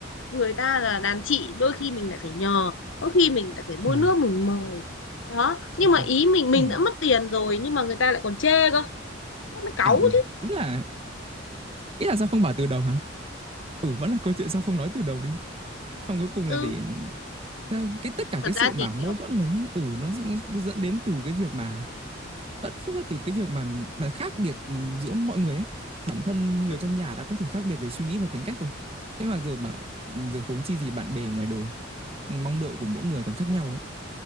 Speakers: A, on the left; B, on the right.
A: người ta là đàn chị đôi khi mình lại phải nhờ có khi mình lại phải mua
B: à,
A: nước mình mời đó nhưng
B: lại
A: mà
B: còn
A: ý mình mình
B: ừm,
A: đã mất tiền rồi nhưng mà người ta lại còn chê cơ thế mới cáu
B: à, ừ,
A: chứ
B: ý là ý là sao không bảo từ đầu hả? Ừ, vẫn là câu chuyện sao không nói từ đầu đi. Xong cuối cùng là
A: ừ
B: để cái cái tất cả
A: thật
B: cái sự
A: ra
B: mà
A: thì
B: mâu
A: kiểu
B: thuẫn này nhá, ừ, nó nó nó dẫn đến từ cái việc mà vẫn xuất phát từ cái việc mà mà khác biệt, ừ, giữa mọi người ấy. Bản thân người
A: ừ,
B: trong nhà đã có thể khác biệt về suy nghĩ và tính cách rồi. Thế mà giờ bảo ừ, giờ huống chi gì bạn bè ngoài đời, ừ, mong đợi của mỗi người còn khác nhau ấy.